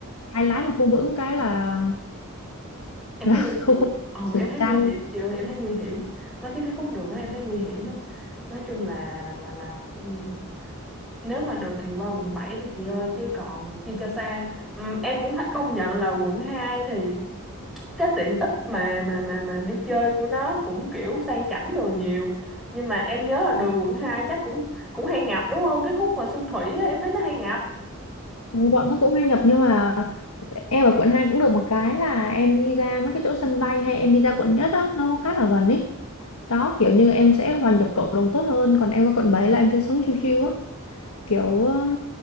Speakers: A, on the left (about 85°); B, in the centre.
A: cái lái mà không vững cái là
B: em
A: là
B: thấy
A: <laughs>
B: nguy
A: không
B: hiểm.
A: không
B: Ồ em
A: xảy
B: thấy
A: ra
B: nguy
A: luôn
B: hiểm chị ơi, em thấy nguy hiểm. Nói chứ cái khúc đường đó em thấy nguy hiểm lắm. Nói chung là là là ừm, nếu mà được thì qua quận 7 đi chị ơi chứ còn chi cho xa. Ừm, em cũng phải công nhận là quận 2 thì cái tiện ích mà mà mà mà đi chơi của nó cũng kiểu sang chảnh đồ nhiều nhưng mà em nhớ là đường quận 2 chắc cũng cũng hay ngập đúng không cái khúc mà Xuân Thủy á, em thấy nó hay ngập
A: Ừ, bọn nó cũng hay nhập nhưng mà em ở quận 2 cũng được một cái là em đi ra mấy cái chỗ sân bay hay em đi ra quận nhất á nó khá là gần ý đó kiểu như em sẽ hòa nhập cộng đồng tốt hơn còn em ở quận 7 là em sẽ sống chill chill á kiểu um,